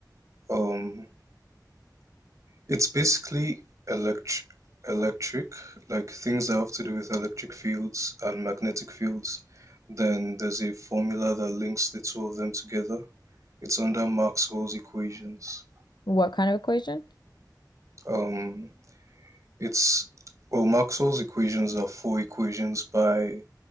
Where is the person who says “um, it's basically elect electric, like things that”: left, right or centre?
Right